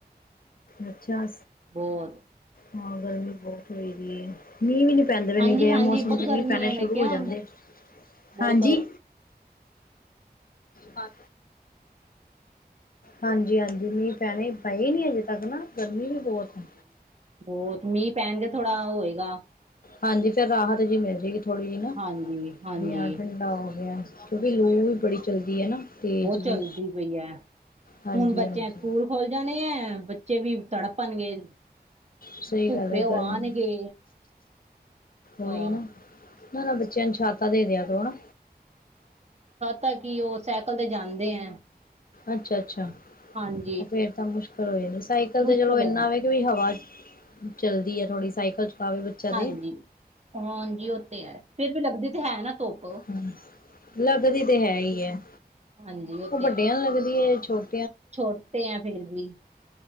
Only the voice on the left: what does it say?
ਅੱਛਾ
ਹਾਂ ਗਰਮੀ ਬਹੁਤ ਹੋ ਰ ਹੈ ਮੀਂਹ ਵੀ ਨ ਪੈਂਦੇ ਵੀ
ਨੀ ਦੇ
ਆ ਮੌਸਮ
ਚ
ਮੀਂਹ ਪੈਣੇ
ਸ਼ੁਰੂ
ਹੋ ਜਾਂਦੇ ਆ
ਹਾਂਜੀ ਬਾ ਹਾਂਜੀ ਹਾਂਜੀ ਮੀਂਹ ਪੈਣੇ ਪਏ ਨੀ ਅਜੇ ਤੱਕ ਨਾ ਗਰਮੀ ਵੀ ਬਹੁਤ ਆ
ਹਾਂਜੀ ਫੇਿਰ ਰਾਹਤ ਜਿਹੀ ਮਿਲ ਜਾਏਗੀ ਥੋੜ੍ਹੀ ਜਿਹੀ ਨਾ
ਵੀ ਹ ਠੰਡਾ ਹੋ ਗਿਆ ਕਿਉਂਕਿ ਲੂ ਵੀ ਬੜੀ ਚੱਲਦੀ ਹੈ ਨਾ ਤੇਜ਼ ਜੀ
ਹਾਂਜੀ
ਹਾਂਜੀ
ਸਹੀ
ਗੱਲ ਹੈ
ਗਰਮੀ ਉਹੀ
ਨਾ ਨਾ ਬੱਚਿਆਂ ਨੂੰ ਛਾਤਾ ਦੇ ਦਿਆ ਕਰੋ ਨਾ
ਅੱਛਾ ਅੱਛਾ
ਫੇਿਰ ਤਾਂ ਮੁਸ਼ਕਿਲ ਹੋਏ ਨ ਸਾਈਕਲ
ਤੇ ਚਲੋ ਇਨਾ
ਹੋ ਕਿ ਹਵਾ ਚੱਲਦੀ ਹੈ ਥੋੜ੍ਹੀ ਸਾਈਕਲ ਚਲਾਵੇ ਬੱਚਾ ਤੇ
ਹ ਲੱਗਦੀ ਤੇ ਹੈ ਹੀ ਹੈ
ਉਹ
ਵੱਡਿਆਂ
ਨੂੰ ਲੱਗਦੀ ਹੈ ਛੋਟੀ